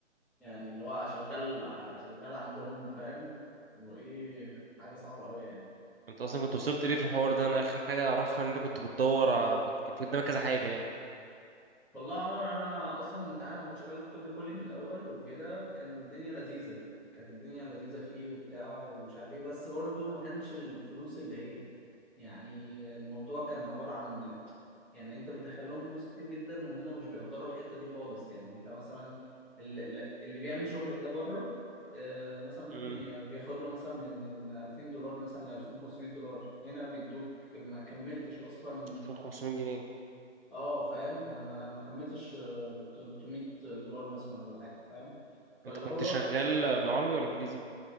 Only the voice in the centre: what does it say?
يعني اللي هو شغال شغال عندهم فاهم وايه حاجه صعبه قوي يعني
والله يا عمر انا اصلا انت عارف انا كنت شغال في كولد كولينج الاول وكده كان الدنيا لذيذه كانت الدنيا لذيذه فيه وبتاع ومش عارف ايه بس برضو ما كانش الفلوس اللي هي يعني الموضوع كان عباره عن يعني انت بتدخل لهم فلوس كتير جدا وهم مش بيقدروا الحته دي خالص يعني انت مثلا اللي, اللي بيعمل شغلك ده بره آه، مثلا ممكن
ي- بياخد له مثلا من من 2000 دولار مثلا ل 2500 دولار هنا بيدوك ما كملتش اصلا
اه فاهم ما ما كملتش آه، 300 دولار مثلا ولا حاجه فاهم فاللي
هو